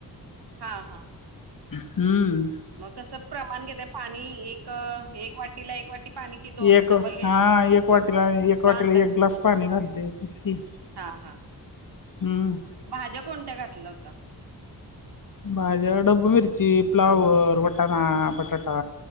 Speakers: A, on the right (about 75°); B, on the left (about 55°).
A: हा हा.
B: हम्म.
A: मग कसं प्रमाण घेता पाणी? एक, एक वाटीला एक वाटी पाणी की
B: एक
A: डबल घ्यायचं?
B: हा एक वाटीला एक
A: का
B: वाटीला एक ग्लास पाणी घालता येतच की.
A: हा हा.
B: हम्म.
A: भाज्या कोणत्या घातल होता?
B: भाज्या डब्बू मिरची, प्लावर, वटाणा, बटाटा.